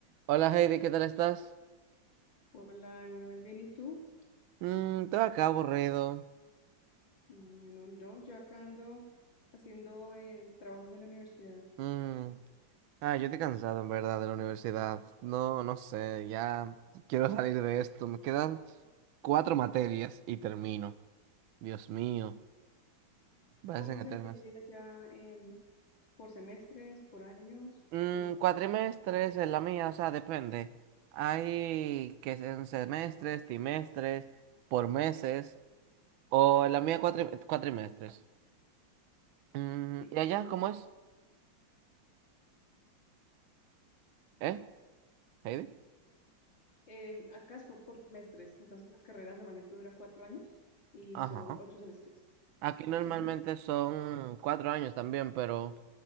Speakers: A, on the right; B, on the left.
A: Hola Heidi, ¿qué tal estás?
B: Hola, Emanuel, ¿bien y tú?
A: Mmm, todo acá aburrido.
B: Bueno, no, yo acá ando haciendo eh, trabajos de la universidad.
A: Mm, Ah, yo estoy cansado en verdad de la universidad. No, no sé, ya quiero salir de esto. Me quedan cuatro materias y termino. Dios mío, parecen
B: ¿Cómo
A: eternas.
B: se divide allá em, por semestres, por años?
A: Mm,
B: ¿Cómo se-
A: cuatrimestres es la mía, o sea, depende. Hay que en semestres, trimestres, por meses, o en la mía cuatri- cuatrimestres. Mm,
B: y qué
A: ¿y
B: estudias?
A: allá cómo es? ¿Eh, Heidi?
B: Em, acá es por, por semestres, entonces las carreras normalmente duran cuatro años y
A: Ajá.
B: son ocho semestres.
A: Aquí normalmente
B: Ujú.
A: son cuatro años también, pero